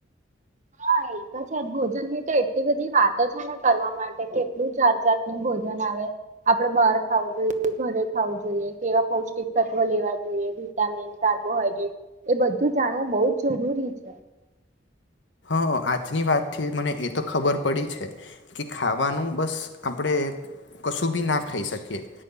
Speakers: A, on the right; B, on the left.
A: હા તો છે ભોજન ની તો એટલી બધી વાતો છે ને કરવા માટે કેટલું જાત જાતનું ભોજન આવે આપડે બહાર ખાવું જોઈએ ઘરે ખાવું જોઈએ કેવા પૌષ્ટિક તત્વ લેવા જોઈએ વિટામિન કાર્બોહાઈડ્રેટ એ બધું જાણવું બહ જ જરૂરી છે
B: આજની વાતથી મને એ તો ખબર પડી છે કે ખાવાનું બસ આપણે કશું બી ના ખાઈ શકીએ